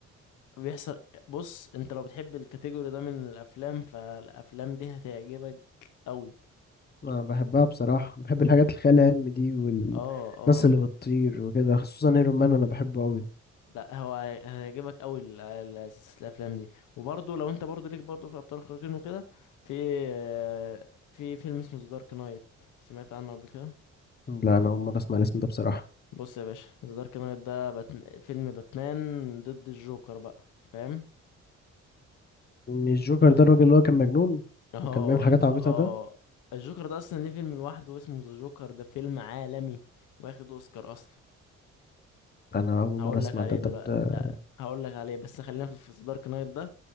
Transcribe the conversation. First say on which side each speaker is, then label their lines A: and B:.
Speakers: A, on the left (about 85°); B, on the left (about 30°).
A: وبيحصل بص انت لو بتحب الكاتيجوري ده من الافلام فالافلام دي هتعجبك قوي
B: انا بحبها بصراحة بحب الحاجات الخيال العلمي دي والناس
A: اه اه
B: اللي بتطير وكده خصوصا ايرون مان انا بحبه قوي
A: لا هو هي- هيعجبك قوي ال- ال- سلسلة الافلام دي وبرضه لو انت برضه ليك برضه في الابطال الخارقين وكده في آه، في فيلم اسمه ذا دارك نايت سمعت عنه قبل كده
B: لا انا اول مرة اسمع الاسم ده بصراحة
A: بص يا باشا ذا دارك نايت ده بات... فيلم باتمان ضد الجوكر بقى فاهم
B: مش جوكر ده الراجل اللي هو كان مجنون
A: <laughs> اه
B: وكان بيعمل حاجات
A: اه
B: عبيطة ده
A: الجوكر ده اصلا ليه فيلم لوحده اسمه ذا جوكر ده فيلم عالمي واخد اوسكار اصلا
B: أنا أول
A: هقول
B: مرة أسمع
A: لك عليه
B: ده طب
A: دلوقتي
B: ده
A: لا هقول لك عليه بس خلينا في في دارك نايت ده